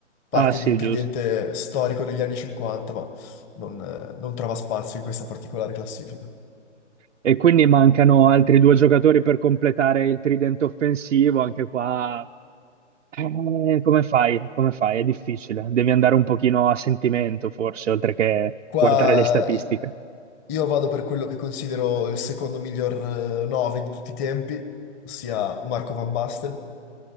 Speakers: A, on the left; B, on the right.
A: parte
B: ah sì,
A: di un tridente
B: giusto.
A: storico degli anni 50, ma non, eh, non trova spazio in questa particolare classifica.
B: E quindi mancano altri due giocatori per completare il tridente offensivo, anche qua Eh, come fai? Come fai? È difficile. Devi andare un pochino a sentimento, forse, oltre che
A: Qua
B: guardare le statistiche.
A: i- io vado per quello che considero il secondo miglior 9 di tutti i tempi, ossia Marco Van Basten,